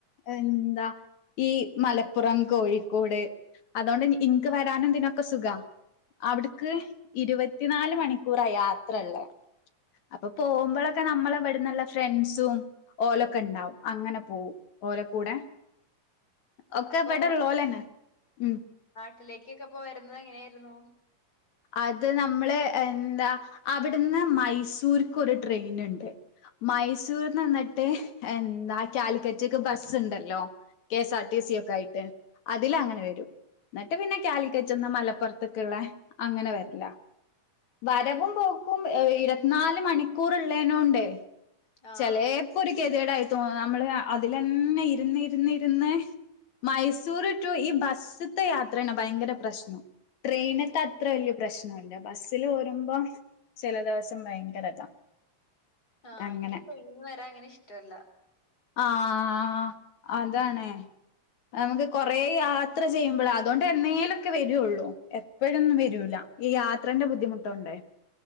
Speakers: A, on the left (about 65°); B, on the left (about 30°).
A: എന്താ ഈ മലപ്പുറം കോഴിക്കോട്. അതുകൊണ്ട് ഇനിക്ക് വരാനും ഇന്തിനൊക്കെ സുഖ. അവിടുക്ക് ഇരുപത്തിനാല് മണിക്കൂറാ യാത്രള്ളെ അപ്പൊ പോകുമ്പോഴൊക്കെ നമ്മള ഇവിടന്ന്ല്ല ഫ്രണ്ട്സും. ഓലൊക്കണ്ടാവും അങ്ങനെ പോകും ഓലകൂടെ. ഒക്കെ
B: അപ്പൊ
A: ബടല്ലോലന്നെ ഉം.
B: വീട്ടിലേക്കൊക്കെ പോ വരുന്നത് എങ്ങനെയായിരുന്നു.
A: അത് നമ്മള് എന്താ അവിട്ന്ന് മൈസൂർ ക്കൊരു ട്രെയിൻ ഉണ്ട്. മൈസൂർന്ന്ന്നിട്ട് എന്താ കാലിക്കറ്റ്ക്ക് ബസ് ഉണ്ടല്ലോ. കെ എസ്
B: ആഹ്
A: ആർ ടി സി ഒക്കെ ആയിട്ട് അതിൽ അങ്ങനെ വരും എന്നിട്ട് പിന്നെ കാലിക്കറ്റ്. റ്റ്ന് മലപ്പുറത്തെക്കുള്ളെ അങ്ങനെ വരല. വരവും പോക്കും ഇരുപത്തിനാല് മണിക്കൂർള്ളേനോണ്ട്.
B: ആഹ്
A: ചെലേപ്പോ ഒരു കെതേടായി തോന്നും നമ്മള് അതിലന്നെ ഇരുന്ന് ഇരുന്ന്. മൈസൂർ ടു ഈ ബസ്സ്ത്തെ യാത്രയാണ് ഭയങ്കര പ്രശ്നം ട്രെയിനത്തെ. അത്ര വലിയ പ്രശ്നല്ല ബസ്സിൽ പോരുമ്പോ ചില ദിവസം ഭയങ്കരതാ.
B: ആഹ്
A: അങ്ങനെ
B: എനിക്ക് ട്രെയിനിന് വരാൻ അങ്ങനെ ഇഷ്ടല്ല
A: ആഹ്. അതാണ് നമക്ക് കുറെേ യാത്ര ചെയ്യുമ്പള അതുഓണ്ട് എന്നേലൊക്കെ വരുള്ളൂ എപ്പോഴൊന്നും വരി. വരൂല ഈ യാത്രന്റെ ബുദ്ധിമുട്ടുണ്ടേ.